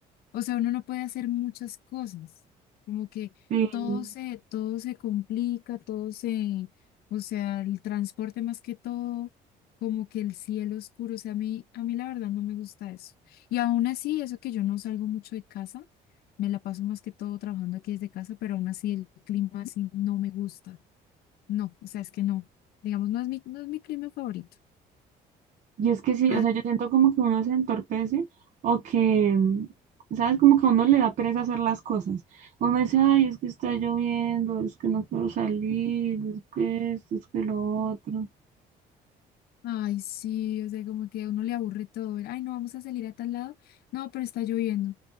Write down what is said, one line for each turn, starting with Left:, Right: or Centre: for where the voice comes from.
Left: O sea, uno no puede hacer muchas cosas, como que
Right: sí.
Left: todo se, todo se complica, todo se, o sea, el transporte más que todo, como que el cielo oscuro, o sea, a mí, a mí la verdad no me gusta eso. Y aún así, eso que yo no salgo mucho de casa, me la paso más que todo trabajando aquí desde casa, pero aún así el clima así no me gusta. No, o sea, es que no, digamos, no es mi, no es mi clima favorito.
Right: Y es que sí,
Left: Ah,
Right: o sea, yo siento como que uno se entorpece o que, mm, ¿sabes? Como que a uno le da pereza hacer las cosas. Uno dice, ay, es que está lloviendo, es que no quiero salir, es que esto, es que lo otro.
Left: Ay, sí, o sea, como que a uno le aburre todo. Ay, no, vamos a salir a tal lado. No, pero está lloviendo.